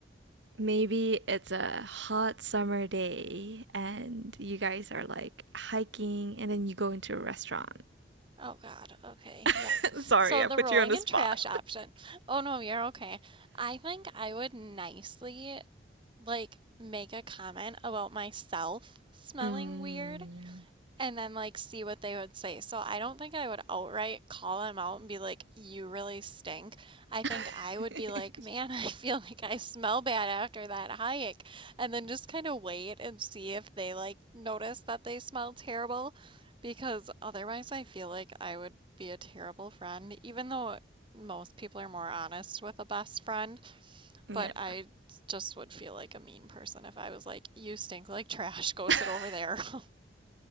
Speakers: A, on the right (about 75°); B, on the right (about 25°).
A: maybe it's a hot summer day and you guys are like hiking and then you go into a restaurant.
B: Oh God. Okay. Yuck.
A: <laughs> Sorry,
B: So
A: I
B: the
A: put
B: rolling
A: you on the
B: in
A: spot.
B: trash option. Oh no, you're okay. I think I would nicely like make a comment about myself smelling
A: Mm,
B: weird and then like see what they would say. So I don't think I would outright call them out and be like, "You really stink." I think
A: <laughs>
B: I would be like, "Man, <laughs> I feel like I smell bad after that hike." And then just kind of wait and see if they like notice that they smell terrible because otherwise I feel like I would be a terrible friend even though most people are more honest with a best friend,
A: yeah.
B: but I just would feel like a mean person if I was like, "You stink like trash. Go
A: <laughs>
B: sit over there." <laughs>